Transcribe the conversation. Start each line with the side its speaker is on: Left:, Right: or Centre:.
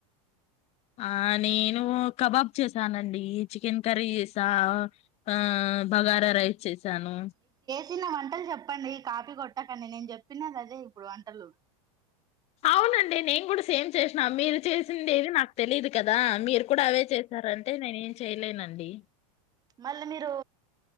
Left: ఆ నేను కబాబ్ చేసానండి చికెన్ కర్రీ చేసా ఆ బగార రైస్ చేసాను.
Right: సినా వంటలు చెప్పండి, కాపీ కొట్టకండి నేను చెప్పినది అదే ఇప్పుడు వంటలు.
Left: అవునండి నేను కూడా సేమ్ చేసినా. మీరు చేసింది ఏది నాకు తెలిదు కదా. మీరు కూడా అవే చేశారంటే నేను ఏం చేయలేనండి.
Right: మళ్ళా మీరూ